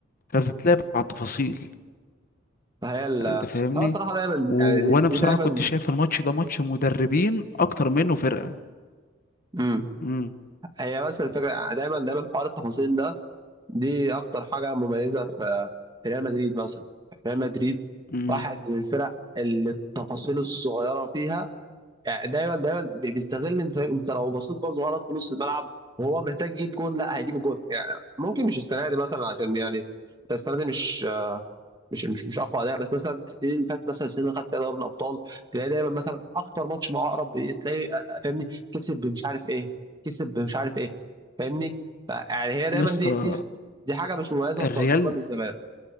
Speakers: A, on the left; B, on the right.
A: فبتتلعب على التفاصيل
B: فهي ال
A: انت فاهمني
B: هو الصراحه دايما
A: و...
B: يعني دي
A: وانا
B: دي
A: بصراحة
B: دايما
A: كنت شايف الماتش ده ماتش مدربين اكتر منه فرقة
B: مم.
A: امم
B: هي بس الفكره يعني دايما دايما حوار التفاصيل ده دي اكتر حاجه مميزه في في ريال مدريد مثلا ريال مدريد
A: امم
B: واحد من الفرق اللي التفاصيل الصغيره فيها يعني دايما دايما بي- بيستغل انت انت لو بصيت باظ غلط في نص الملعب وهو محتاج يجيب جون لا هيجيب جون يعني ممكن مش السنه دي مثلا عشان يعني السنه دي مش مش مش مش اقوى اداء بس مثلا السنين اللي فاتت مثلا السنين اللي خدت فيها دوري الابطال تلاقي دايما مثلا اكتر ماتش مع اقرب إيه، تلاقي آه، آه، فاهمني كسب بمش عارف ايه كسب بمش عارف ايه فاهمني فيعني هي دايما
A: يا اسطى
B: دي دي دي حاجه مش مميزه
A: الريال
B: في برشلونه من زمان